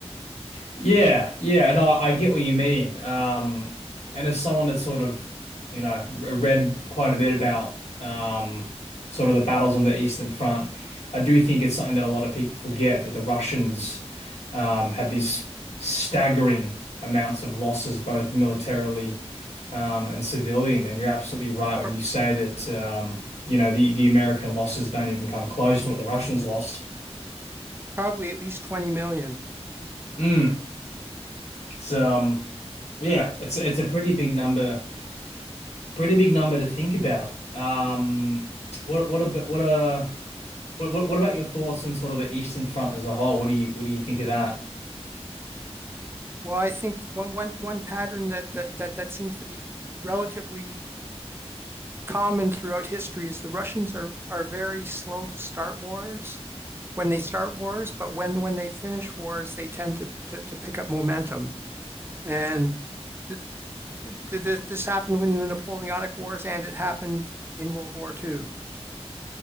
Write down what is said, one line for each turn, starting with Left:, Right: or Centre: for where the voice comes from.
Left: Yeah, yeah, and I, I get what you mean. Um, and as someone that's sort of, you know, re- read quite a bit about um, sort of the battles on the Eastern Front, I do think it's something that a lot of people forget that the Russians um, had these staggering amounts of losses, both militarily um, and civilian. And you're absolutely right when
Right: Pro-
Left: you say that, um, you know, the, the American losses don't even come close to what the Russians lost.
Right: Probably at least 20 million.
Left: Mm. It's, um, yeah, it's it's a pretty big number Pretty big number to think about. Um, what what about what uh what, what what about your thoughts on sort of the Eastern Front as a whole? What do you what do you think of that?
Right: Well, I think one one one pattern that that that that seems to be relatively common throughout history is the Russians are are very slow to start wars when they start wars, but when when they finish wars, they tend to to, to pick up momentum. And th th th- this happened in the Napoleonic Wars, and it happened in World War Two.